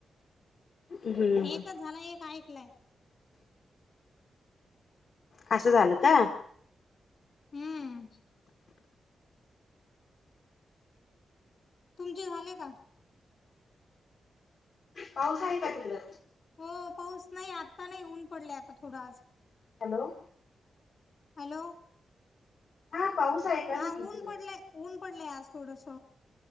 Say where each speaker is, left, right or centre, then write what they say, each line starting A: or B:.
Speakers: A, on the left; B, on the left.
A: हम्म
B: एकच झाला, एक ऐकलाय.
A: असं झालं का?
B: हम्म तुमचे झाले का?
A: पाऊस आहे का तिकड.
B: हो पाऊस नाही आत्ता नाही ऊन पडलयं आता थोडं आज
A: हॅलो
B: हॅलो
A: हा पाऊस आहे का
B: हा
A: म्हटलं
B: ऊन
A: तिकडं
B: पडलंय ऊन पडलंय आज थोडस.